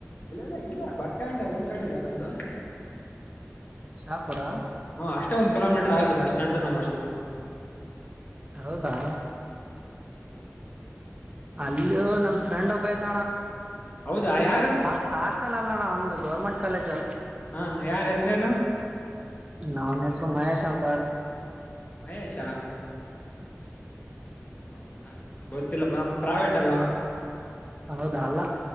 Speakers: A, on the left; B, on the right.
A: ಇಲ್ಲ ಇಲ್ಲ ಬಸ್ ಸ್ಟ್ಯಾಂಡ್ ಹಿಂದ್ ಕಡೆಿದೆ ನಮ್ದು
B: ಶಾಪುರ
A: ಹ್ಮ ಅಷ್ಟೇ ಒಂದ್ ಕಿಲೋಮೀಟರ್ ಆ ಬ ಸ್ಟ್ಯಾಂಡ ನಮ್ಮಾಷ್ಟ
B: ಹೌದಾ ಅಲ್ಲಿಯೂ ನನ್ ಫ್ರೆಂಡ್ ಒಬ್ಬ ಇದ್ದಣ
A: ಹೌದಾ ಯಾರು
B: ಆ ಆಷ್ಟತಲ ಅಲ್ಲಣ ಒಂದು ಗೌರ್ಮೆಟ್ ಕಾಲೇಜ್
A: ಹಾ ಯಾರ ಹೆಸ್ರೇನು
B: ನಾವನ ಹೆಸರು ಮಹೇಶ್ ಅಂಕ ಸ
A: ಮಹೇಶಾ ಹೌದಾ ಗೊತ್ತಿಲ್ಲ ಪರಮ ಪ್ರವೇಟ್ ಅಲ್ಲ
B: ಹೌದ ಅಲ್ಲ